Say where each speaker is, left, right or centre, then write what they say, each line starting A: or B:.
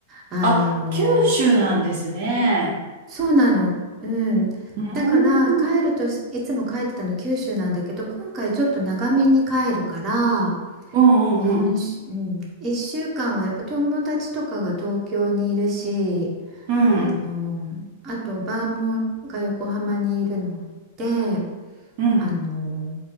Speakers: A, on the right; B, on the right.
A: あのー
B: あ、九州なんですね。
A: そうなの。うん。
B: うーん、
A: だから、帰るとしいつも帰ってたの九州なんだけど、今回ちょっと長めに帰るから、
B: うんうんうん
A: 4週、うん、1週間はやっぱ友達とかが東京にいるし、
B: うん
A: あのあとバーもが横浜にいるので
B: うん
A: あの